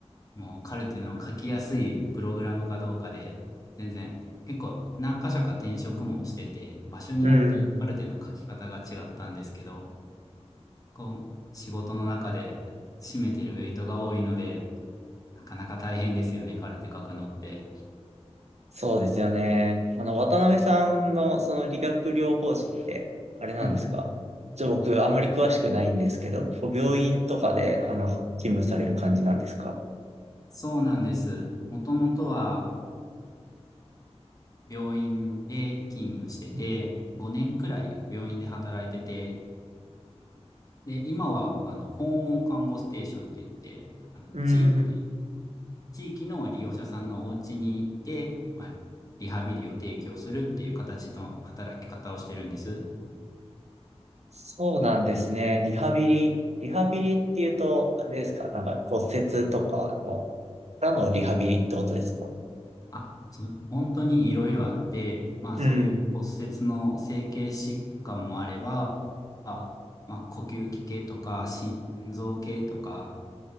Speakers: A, on the left; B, on the right.
A: もうカルテの書きやすいプログラムかどうかで、全然、結構何箇所か転職もしてて、場所によってカルテの書き方が違ったんですけど、
B: うん。
A: こう、仕事の中で占めてるウェイトが多いので、なかなか大変ですよね、カルテ書くのって。
B: そうですよね。あの、渡辺さんのその理学療法士って、あれなんですかちょ、
A: はい、
B: 僕、あんまり詳しくないんですけど、こう病院とかで、あの、勤務される感じなんですか
A: そうなんです。もともとは、病院で勤務してて、
B: うん。
A: 5年くらい病院で働いてて、で、今は、あの、訪問看護ステーションって言って、あの、
B: うん
A: 地域で、地域の利用者さんのお家に行って、まあ、リハビリを提供するっていう形の働き方をしてるんです。
B: そうなんですね。リハビリ。リハビリっていうと、あれですかなんか骨折とかの、からのリハビリってことですか
A: あ、そう、本当にいろいろあって、まあ、
B: うん。
A: そういう骨折の整形疾患もあれば、あまあ、呼吸器系とか、心臓系とか、